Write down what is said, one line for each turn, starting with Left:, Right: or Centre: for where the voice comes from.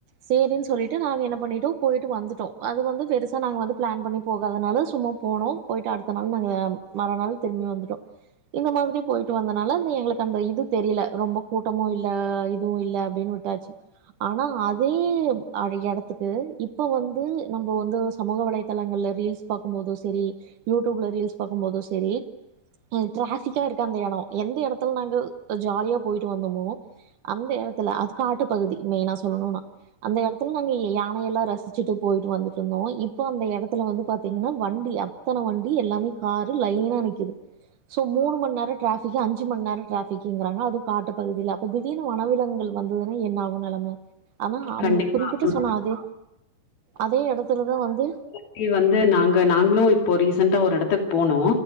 Right: சேரின்னு சொல்லிட்டு நாங்க என்ன பண்ணிட்டோ போயிட்டு வந்துட்டோ அது வந்து பெருசா நாங்க வந்து பிளான் பண்ணி போகாதனால சும்மா போனோ போயிட்டு அடுத்த நாள் நாங்க மறாநாள் திரும்பி வந்துட்டோ இந்த மாதிரி போயிட்டு வந்தனால அது எங்களுக்கு அந்த இது தெரில ரொம்ப கூட்டமு இல்ல இதுவு இல்ல அப்டின்னு விட்டாச்சு ஆனா அதே அழ எடத்துக்கு இப்ப வந்து நம்ம வந்து சமூக வலை தலங்கள்ல ரீல்ஸ் பாக்கும்போது சேரி யூ டியூப் ல ரீல்ஸ் பாக்கு போது சரி ட்ராபிக்கா இருக்கு அந்த எடோ எந்த எடத்துல நாங்க ஜாலியா போயிட்டு வந்தோமோ அந்த எடத்துல அதுக்கான காட்டு பகுதி மெயினா சொல்லனுனா அந்த எடத்துல நாங்க யானையெல்லா ரசிச்சுட்டு போயிட்டு வந்துட்டு இருந்தோ இப்ப இப்போ அந்தஎடத்துல வந்து பாத்தீங்கனா வண்டி அத்தன வண்டி எல்லாமே காரு லைனா நிக்குது சோ மூணு மணி நேரோ அஞ்சுமணி நேரோ டிராபிகிங்றாங்க அது காட்டு பகுதில இப்ப திடீர்னு வனவிலங்குகள் வந்ததுனா என்ன ஆகு நெலம ஆனா அவுங்க
Left: கண்டிப்பா.
Right: குறிப்பிட்டு
Left: ம்.
Right: சொன்ன அதே அதே எடத்துலதா வந்து
Left: ஓகே வந்து நாங்க நாங்களு இப்போ ரீசண்ட்டா ஒரு எடத்துக்கு போனோ